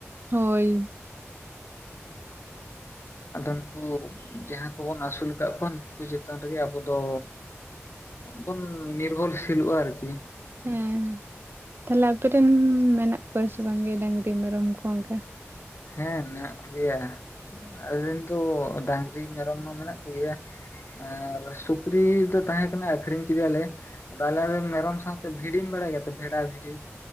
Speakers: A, on the right; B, on the left.
A: ᱦᱳᱭ ᱾
B: ᱟᱫᱚ ᱩᱱᱠᱩ ᱡᱟᱦᱟᱸ ᱠᱚᱵᱚᱱ ᱟᱹᱥᱩᱞ ᱟᱠᱟᱫ ᱠᱚᱣᱟ ᱱᱩᱠᱩ ᱠᱚ ᱪᱮᱛᱟᱱ ᱨᱮᱜᱮ ᱟᱵᱚ ᱫᱚ ᱵᱚᱱ ᱱᱤᱨᱵᱷᱚᱨᱥᱤᱞᱚᱜᱼᱟ ᱟᱨᱠᱤ ᱾
A: ᱦᱮᱸ, ᱛᱟᱦᱚᱞᱮ ᱟᱯᱮ ᱨᱮᱱ ᱢᱮᱱᱟᱜ ᱠᱚᱣᱟ ᱥᱮ ᱵᱟᱝᱜᱮ ᱰᱟᱹᱝᱨᱤ ᱢᱮᱨᱚᱢ ᱠᱚ ᱚᱱᱠᱟ?
B: ᱦᱮᱸ ᱢᱮᱱᱟᱜ ᱠᱚᱜᱮᱭᱟ, ᱟᱞᱮ ᱨᱮᱱ ᱫᱚ ᱰᱟᱝᱨᱤ ᱢᱮᱨᱚᱢ ᱢᱟ ᱢᱮᱱᱟᱜ ᱠᱚᱜᱮᱭᱟ ᱾ ᱟᱨ ᱥᱩᱠᱨᱤ ᱫᱚ ᱛᱟᱦᱮᱸ ᱠᱟᱱᱟ ᱟᱠᱷᱨᱤᱧ ᱠᱮᱫᱮᱭᱟᱞᱮ ᱾ ᱟᱫᱚ ᱟᱞᱮᱨᱮᱱ ᱢᱮᱨᱚᱢ ᱥᱟᱶᱛᱮ ᱵᱷᱤᱰᱤᱢ ᱵᱟᱲᱟᱭ ᱜᱮᱭᱟᱛᱚ ᱵᱷᱮᱰᱟ ᱵᱷᱤᱰᱤ?